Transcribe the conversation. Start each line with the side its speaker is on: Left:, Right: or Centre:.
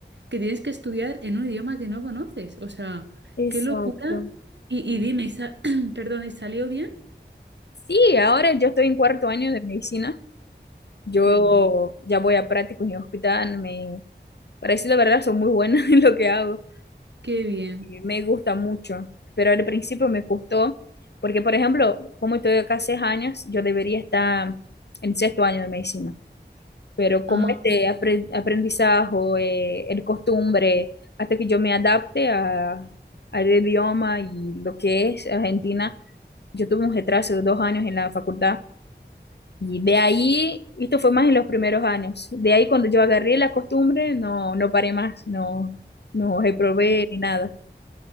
Right: que tienes que estudiar en un idioma que no conoces. O sea,
Left: Exacto.
Right: qué locura. Y, y dime, y sa- <clears throat> perdón, ¿y salió bien?
Left: Sí, ahora yo estoy en cuarto año de medicina. Yo
Right: Qué bueno,
Left: ya voy a prácticos en hospital. Me parece la verdad, son muy buenas <laughs> en lo que hago.
Right: qué bien.
Left: y Me gusta mucho, pero al principio me costó, porque por ejemplo, como estoy acá seis años, yo debería estar en sexto año de medicina. Pero como
Right: Ah,
Left: este apre- aprendizaje, eh, el costumbre, hasta que yo me adapte a, al idioma y lo que es Argentina, yo tuve un retraso de dos años en la facultad Y de ahí, esto fue más en los primeros años, de ahí cuando yo agarré la costumbre, no, no paré más, no, no reprobé
Right: ok.
Left: ni nada.